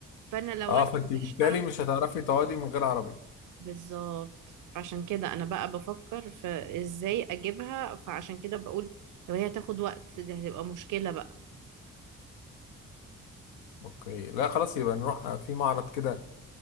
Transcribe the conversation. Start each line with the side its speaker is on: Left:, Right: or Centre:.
Right: فانا لو
Left: اه
Right: انا
Left: فانت بالتالي
Right: مش هعرف
Left: مش هتعرفي تقعدي من غير عربيه
Right: بالظبط فعشان كده انا بقى بفكر في ازاي اجيبها فعشان كده بقول لو هي تاخد وقت دي هتبقى مشكلة بقى
Left: اوكي لا خلاص يبقى نروح في معرض كده